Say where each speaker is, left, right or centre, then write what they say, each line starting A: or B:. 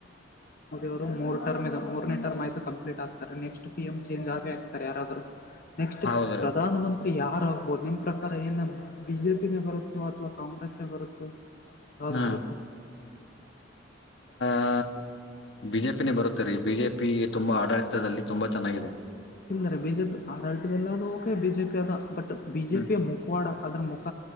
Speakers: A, on the left; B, on the left.
A: ವರು ಮೂರು ಟರ್ಮ್ ಇ ಮೂರನೇಟರ್್ ಆಯ್ು ಕಂಪ್ಲೀಟ್ ಆಗ್ತಾರೆ ನೆಕ್ಸ್ಟ್ ಪಿ ಎಂ ಚೇಂಜ್ ಆಗಿ ಆಗ್ತಾರೆ ಯಾರಾದ್ರರು ನೆಕ್ಸ್ಟ್
B: ಹೌದ್ರೀ
A: ಪ್ರಧಾನ ಮಂತ್ರಿ ಯಾರ ಹಬೋದು ನಿಮ ಪ್ರಕಾರ ಏನು ಬಿಜೆಪಿಗೆ ಬರುತ್ತೋ ಅಥವಾ ಕಾಂಗ್ರೆಸ್ ಬರುತ್ತೋ ಯದು
B: ಹ್ಮ
A: ಬರ್
B: ಆ ಬಿಜೆಪಿನೇ ಬರುತ್ತೇ ರೀ ಬಿಜೆಪಿ ತುಂಬಾ ಆಡಳಿತದಲ್ಲಿ ತುಂಬಾ ಚೆನ್ನಾಗಿದೆ
A: ಇಲ್ಲ ಬಿಜೆಪಿ ಆಡ ಆಳತದ ಎಲ್ಲ ಓಕೆ ಬಿಜೆಪಿ ಅದ ಬಟ್ ಬಟ್ ಬಿ ಜೆ
B: ಹ್ಮ್
A: ಪಿಯ ಮುಖವಾಡ ಅದ್ರ ಮುಖ